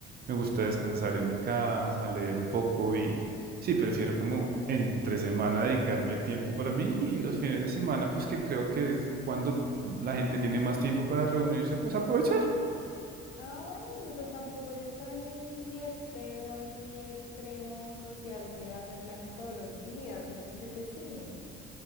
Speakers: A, on the right; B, on the left.
A: me gusta descansar en mi casa, leer un poco y sí, prefiero como entre semana dedicarme tiempo para mí y los fines de semana, pues que creo que es cuando la gente tiene más tiempo para reunirse, pues aprovechar.
B: Ah, bueno, pero tampoco eres tan fiestero, así extremo social que hace planes todos los días. Yo pensé que sí.